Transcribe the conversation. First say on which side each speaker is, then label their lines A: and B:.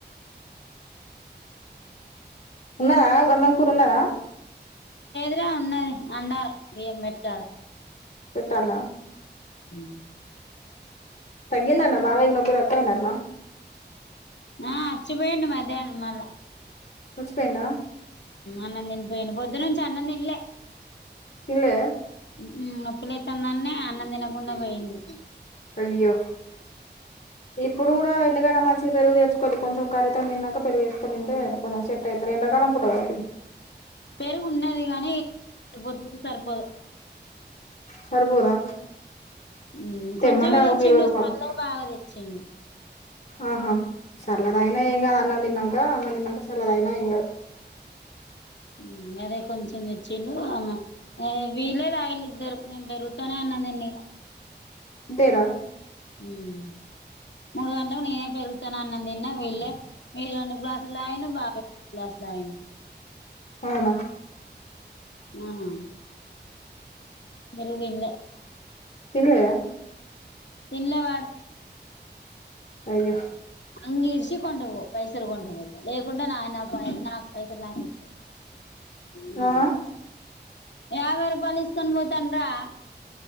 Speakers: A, on the left; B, on the left.
A: ఉన్నదా అన్నాం, కూరున్నదా.
B: అదే ఉన్నది. అండాల బియ్యం పెట్టాలా
A: పెట్టాల్నా
B: హ
A: తగ్గిందంటనా బాబయికి నొప్పి తక్కువ అయిందంటనా
B: ఆ అచ్చిపోయిండు మధ్యాహ్నం మళ్ళ
A: వచ్చి పోయిండ
B: అన్నం తినిపోయిండు పొద్దునుంచి అన్నం తిన్లే
A: తిన్లేదా
B: హ్ నొప్పులైతధన్యా అన్నం తినకుండా పోయిండు
A: అయ్యో ఇప్పుడు కూడా ఎందుకైనా మంచ్ పెరుగు తెచ్చుకోలి కొంచం కరీతోన్ తిన్నాక. పెరుగేసుకోన్ తింటె కొదిగా సెట్ అయితర్. ఎండ కాలం పూట కాబట్టి
B: పేరుగు ఉన్నది గాని. సరిపోతుందో సరిపోదో
A: సరిపోదా
B: హ్మ్
A: తెమ్మని
B: కొంచెమే
A: రాదు
B: తెచ్చిడు.
A: ఒక ఇరవై రూపాయలు
B: చల్లగా బాగా తెచ్చిండు
A: ఆహా సర్లదయినా ఏం గాదు. అన్నం దిన్నాంక, అన్నం తిన్నాంక సల్లగా దగిన ఏం గాదు
B: హ్మ్ అదే కొంచెం తెచ్చిండు. అమ్ అయ్ వీళే తగిల్లిద్దరు. నేను పెరుగుతూనే అన్నం దీన్నిగా
A: తేరా
B: హ్మ్ మూడు గంట్లకు నేనే పెరుగుతోన్ అన్నం దిన్న వీళ్ళే విల్నన్ను గ్లాసులు దగినా బాబాయ్ గ్లాస్ దాగిన
A: అవునా
B: ఆ బెరుగు దిన్యా
A: తిన్లేదా
B: తిన్లె వాడు
A: అయో
B: అంగిరిషి కొండభో పైస్సల్ కొండపోతే. లేకుండా నా నా పై నా పైసల్ నాకిచ్చేయ్ హూ
A: ఆ
B: యాభై రూపాల్ తీసుకొన్ పోతాండ్రా